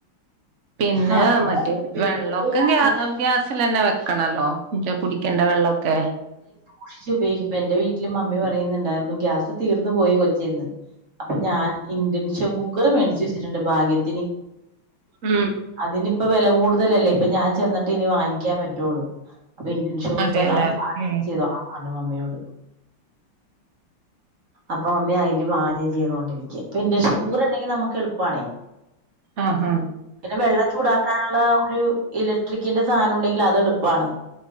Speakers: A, on the right; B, on the right.
A: പിന്നെ
B: ആ ഇവിടെ
A: മറ്റേ
B: വീട്ടില്
A: വെള്ളൊക്കെ
B: ഞാൻ
A: ഗ്യാ
B: വെ-
A: ഗ്യാസിലെന്നെ വെക്കണല്ലോ മറ്റേ കുടിക്കേണ്ട വെള്ളൊക്കെ
B: ക്ഷിച്ച് ഉപയോഗിക്ക് പ്പന്റെ വീട്ടില് മമ്മി പറയുന്നുണ്ടായിരുന്നു ഗ്യാസ് തീർന്നു പോയി കൊച്ചേന്ന് അപ്പൊ ഞാൻ ഇൻ്റൻക്ഷൻ കുക്കറ് മേടിച്ച് വെച്ചിട്ടുണ്ട് ഭാഗ്യത്തിന്
A: ഉം
B: അതിനിപ്പ വെലകൂടുതലല്ലേ ഇപ്പൊ ഞാൻ ചെന്നിട്ട് ഇനി വാങ്ങിക്കാൻ പറ്റുള്ളൂ അപ്പൊ ഇൻ്റൻക്ഷൻ കുക്കർ
A: അതെല്ലേ
B: നകത്ത് പാചകം
A: ഉം
B: ചെയ്തോളാം പർഞ്ഞു മമ്മിയോട് അപ്പൊമ്മി അയില് പാചകചെയ്തൊണ്ടിരിക്കാ ഇപ്പ ഇൻ്റൻഷൻ കുക്കറിണ്ടെങ്കി നമ്മക്ക് എളുപ്പാണേ
A: ആഹ് ഹാ
B: പിന്നെ വെള്ളം ചൂടാക്കാനുള്ള ഒരു ഇലക്ട്രിക്കിന്റെ സാനൂണ്ടെങ്കില് അത് എളുപ്പാണ്